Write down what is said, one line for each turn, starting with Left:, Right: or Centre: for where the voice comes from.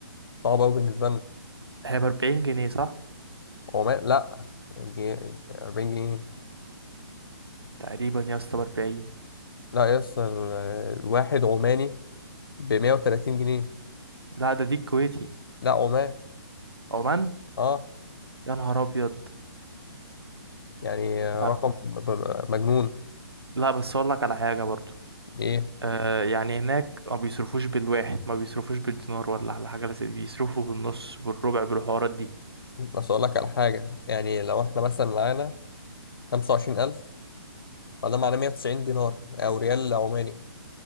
Left: صعب قوي بالنسبة لنا
Right: هي ب 40 جنيه صح
Left: عمان لا جي- 40 جنيه
Right: تقريبا يا اسطى ب 40
Left: لا يس ال- الواحد عماني ب 130 جنيه
Right: لا ده دي الكويتي
Left: لا عمان
Right: عمان
Left: اه
Right: يا نهار ابيض
Left: يعني
Right: لا
Left: رقم بر- مجنون
Right: لا بس اقول لك على حاجه برضو
Left: ايه
Right: آه يعني هناك ما بيصرفوش بالواحد ما بيصرفوش بالدينار ولا على حاجه زي دي بيصرفوا بالنص بالربع بالحوارات دي
Left: بس اقول لك على حاجة يعني لو احنا مثلا معانا 25000 فده معناه 190 دينار او ريال عماني